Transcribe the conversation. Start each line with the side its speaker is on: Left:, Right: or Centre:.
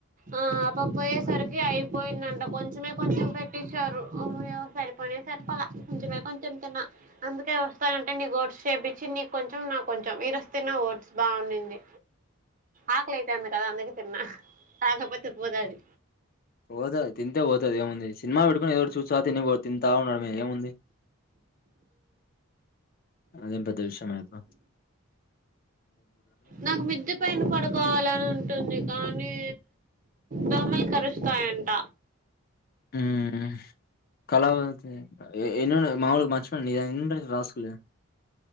Right: ఆ అ పాప్ పొయేసరికి అయిపోయిందంట. కొంచెమే కొంచెం పెట్టించారు. అమ్మయా సరిపో నె సరిపోలే కొంచమే కొంచెం తిన్నా. అందుకే, వస్తానంటే నీకు ఓట్స్ చేపించి, నీకు కొంచెం, నాకు కొంచెం. ఈరోజు తిన్న ఓట్స్ బాగున్నింది. ఆకలయితంది కదా! అందుకే తిన్న. కాకపోతే పోదది.
Left: పోదా తింటే పోతది ఏముంది. సినిమా పెట్టుకుని ఎదోటి చూస్తా తిను పోత్ తింటా ఉండడమే ఏముంది? అదేం పెద్ద విషయం ఏం ప
Right: నాకు మిద్ది పైన పడుకోవాలని ఉంటుంది. కానీ, దోమలు కరుస్తాయంట.
Left: మ్ కళావతి. ఎ ఎన్ని ఉన్నాయి మాములుగ మర్చిపోయాన్ ఎన్నుంటై రాసుకోలే.